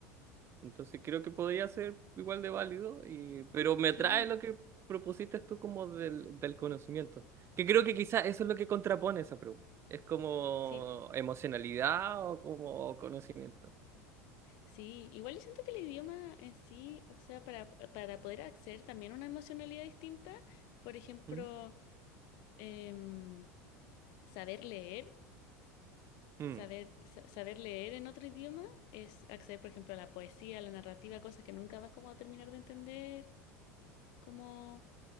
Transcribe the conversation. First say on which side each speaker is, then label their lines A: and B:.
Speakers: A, on the right; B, on the left.
A: Entonces creo que podría ser igual de válido, y, pero me
B: Sí,
A: atrae lo que propusiste tú como del, del conocimiento, que creo que quizás eso es lo que contrapone esa pregunta. Es como
B: sí,
A: emocionalidad o como conocimiento.
B: sí. Igual yo siento que el idioma en sí, o sea, para, para poder acceder también a una emocionalidad distinta, por ejemplo,
A: ¿Mm?
B: em, saber leer.
A: Mm.
B: Saber, sa- saber leer en otro idioma es acceder, por ejemplo, a la poesía, a la narrativa, cosas que nunca vas como a terminar de entender, como